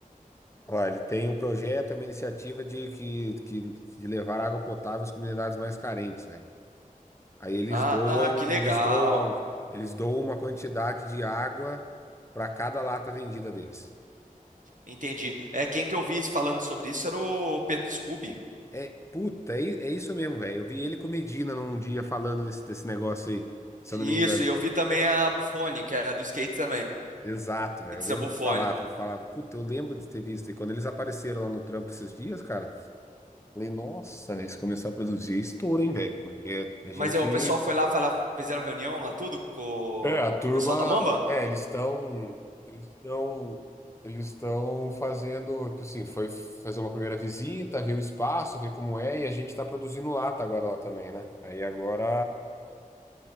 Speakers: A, on the left; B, on the right.
A: Ó, ele tem um projeto, é uma iniciativa de, que, que, de levar água potável às comunidades mais carentes, velho. Aí eles
B: Ah,
A: doam,
B: ah, que legal.
A: eles doam, eles doam uma quantidade de água para cada lata vendida deles.
B: Entendi. É, quem que eu vi falando sobre isso era o Pedro Scooby.
A: É, puta, é, i- é isso mesmo, velho. Eu vi ele com o Medina num dia falando desse, desse negócio aí, se
B: Isso,
A: eu não me engano.
B: e eu vi também a Buffone, que é a do skate também.
A: Exato, velho.
B: It's
A: Eu lembro,
B: a Buffone.
A: eu falava, eu falava, puta, eu lembro de ter visto. E quando eles apareceram lá no trampo esses dias, cara, falei, nossa, né, eles começaram a produzir é estouro, hein, velho? Porque a
B: Mas
A: gente
B: é, o pessoal foi lá, foi lá, fizeram reunião lá tudo com o,
A: É, a turma,
B: o pessoal da Mamba?
A: é, eles estão, eles estão, eles estão fazendo, tipo assim, foi fazer uma primeira visita, ver o espaço, ver como é, e a gente está produzindo lata agora lá também, né? Aí agora